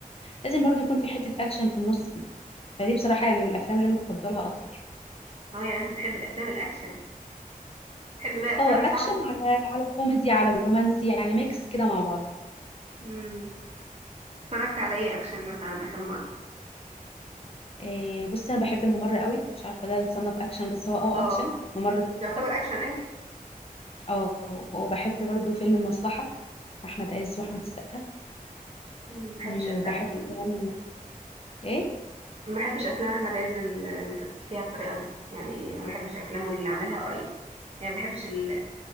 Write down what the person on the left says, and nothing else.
لازم برضه يكون في حتة اكشن في النص دي فدي بصراحة يعني من الافلام اللي انا بفضلها اكتر
اه اكشن
على على كوميدي على رومانسي يعني ميكس كده مع بعض
آه، بصي انا بحب الممر قوي مش عارفة ده يتصنف اكشن بس هو اه
اكشن ممر ده
تحفة.
اه وبحب برضه فيلم المصلحة احمد عز
واحمد السقا
مم،
وبحب كمان ايه